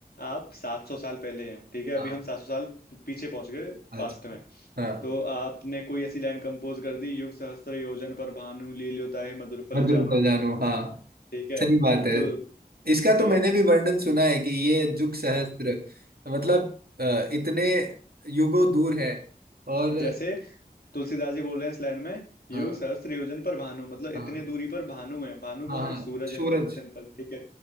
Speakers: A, on the left; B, on the right.
A: आप 700 साल पहले हैं ठीक है अभी
B: हाँ
A: हम 700 साल पीछे पहुंच गए
B: अच्छा
A: पास्ट में
B: हाँ
A: तो आपने कोई ऐसी लाइन कंपोज कर दी युग सहस्त्र योजन पर भानु लील्योताहि मधुर फल
B: मधुर
A: जानू
B: को जानो हाँ
A: ठीक है
B: सही बात है
A: तो
B: इसका
A: तो
B: तो मैंने भी वर्णन सुना है कि ये जुग सहस्त्र
A: हाँ
B: मतलब
A: हाँ
B: अ, इतने युगों दूर है और
A: जैसे तुलसीदास जी बोल रहे हैं स्लैंड में युग
B: हाँ
A: सहस्त्र योजन पर भानु मतलब
B: हाँ
A: इतने दूरी पर भानु है भानु कौन
B: हाँ हाँ
A: है सूरज
B: सूरज
A: है सिंपल ठीक है